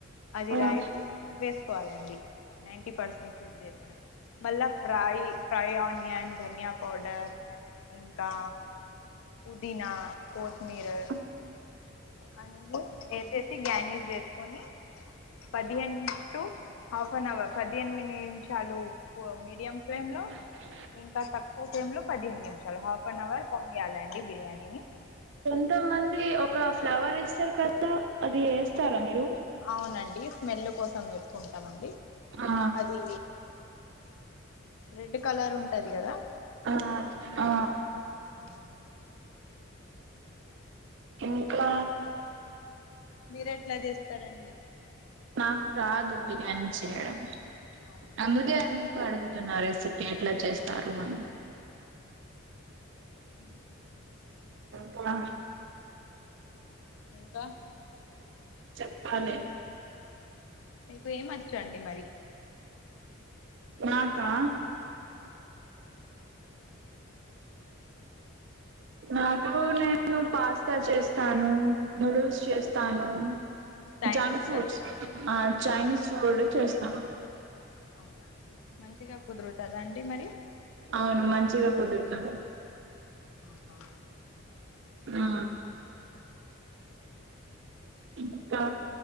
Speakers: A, on the left; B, on the right.
A: అది
B: ఆ ఆహా
A: రైస్ వేసుకోవాలండి నైన్టీ పర్సెంట్ కుక్ చేసిన మళ్ళా ఫ్రై ఫ్రై ఆనియన్ ధనియా పౌడర్ ఇంకా పుదీనా కోత్మీరు
B: ఆ
A: అన్నీ వేసేసి గ్యానేష్ చేసుకొని పదిహె టు హాఫ్ అన్ అవర్ పదిహేను నిమిషాలు మీడియం ఫ్లేమ్లో
B: అ
A: ఇంకా తక్కువ ఫ్లేమ్ లో పదిహేను నిమిషాలు హాఫ్ అన్ అవర్ దమ్ ఇయ్యాలండి బిర్యానీని
B: కొంతమంది ఒక ఫ్లవర్ వేస్తారు కదా అది ఏస్తారా మీరు
A: అవునండి స్మెల్ కోసం వేసుకుంటామండి
B: ఆ
A: అది రెడ్ కలర్ ఉంటది కదా
B: ఆ ఆ
A: అ
B: ఎక్కడ
A: మీరు ఎట్లా చేస్తారండి
B: నాకు రాదు బిర్యానీ చేయడం
A: అవునా
B: అందుకే మీకు అడుగుతున్నా రెసిపీ ఎట్లా చేస్తారు
A: అవునండి
B: అని
A: ఉ
B: పొడ
A: ఇంకా
B: చెప్పాలే
A: మీకు ఏమచ్చు అండి మరి
B: నాకా నాకు నేను పాస్తా చేస్తాను నూడుల్స్ చేస్తాను
A: ఓహో చైనీస్
B: జంక్
A: ఫుడ్
B: ఫుడ్స్
A: వచ్చా అండి
B: చైనీస్ చూడు చేస్తాం
A: అవునండి మంచిగా కుదురుతుందా అండి మరి
B: అవును మంచిగా కుదురుతాను
A: ఆహా
B: ఆ ఇంకా